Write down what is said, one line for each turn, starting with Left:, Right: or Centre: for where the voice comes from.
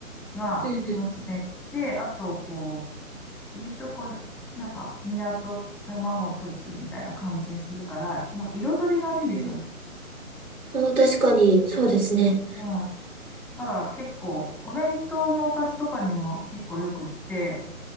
Centre: が楽しめて、
Right: うんうん。うんうん。
Centre: あと、こう、エビとこう、なんか、ニラと卵とじみたいな感じにするから、なんか彩りがいいんですよね。
Right: うんうん。ああ、確かに、そうですね。
Centre: うんはい。だから結構、お弁当のおかずとかにも結構よくって、